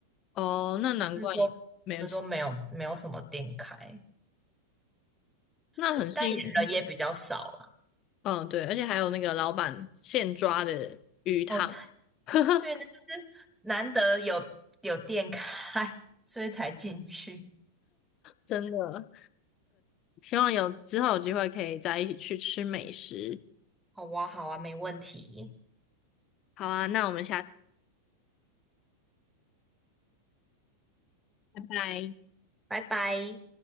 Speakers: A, on the left; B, in the centre.
A: 哦，那难怪你没有吃，
B: 就是都就都没有没有什么店开。
A: 那很幸运。
B: 对，但也人也比较少了。
A: 嗯，对，而且还有那个老板现抓的
B: 哦，
A: 哈，
B: 对
A: <laughs>
B: 对，那就是难得有有店开，所以才进去。
A: 真的。希望有之后有机会可以再一起去吃美食。
B: 好哇，好啊，没问题，
A: 好啊，那我们下次，拜拜。
B: 拜拜。